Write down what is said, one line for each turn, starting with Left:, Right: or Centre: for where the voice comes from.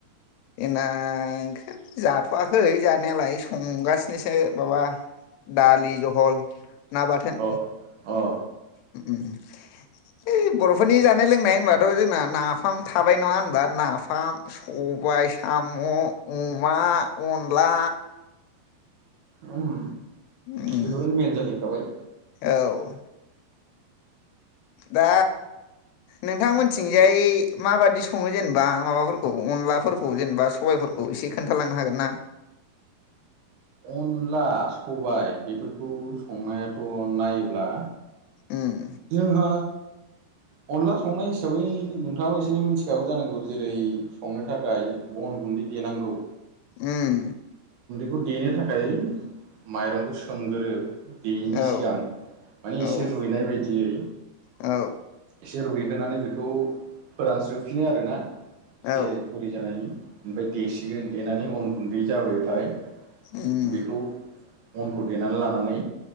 Left: जोंना ओंख्रि जाथ'वाखै जानायालाय संगासिनोसो माबा दालि जहल ना बाथोन।
Right: अ अ
Left: उम ओइ बर'फोरनि जानाय लोंनाय होनबाथ' जोंना नाफाम थाबाय नङा होनबा नाफाम स बाइ, साम', अमा, अनला
Right: उम
Left: उम
Right: बेफोरनो मेन जाहैखाबाय।
Left: औ दा नोंथांमोनथिंजाय माबादि सङो जेनेबा माबाफोरखौ अनलाफोरखौ जेनेबा सबायफोरखौ इसे खोन्थालांनो हागोन ना?
Right: अनला, सबाय बेफोरखौ संनायाथ' नायोब्ला
Left: उम
Right: जोंहा अनला संनाय हिसाबै नोंथाङाबो एसे मिथिखागौ जानांगौ जेरै संनो थाखाय अन गुन्दै देनांगौ।
Left: उम
Right: बेखौ देनो थाखाय माइरंखौ सोमग्रो। देयैनि
Left: औ
Right: सिगां माने एसे
Left: औ
Right: रुइनाय बायदियै
Left: औ
Right: एसे रुइ होनानै बेखौ फोरानस्रोफिनो आरोना एसे
Left: औ
Right: गुरै जानायनि। ओमफ्राय देसिगोन देनानै अन गुन्दै जाबायथाय
Left: उम
Right: बेखौ अन खौ देनानै लानानै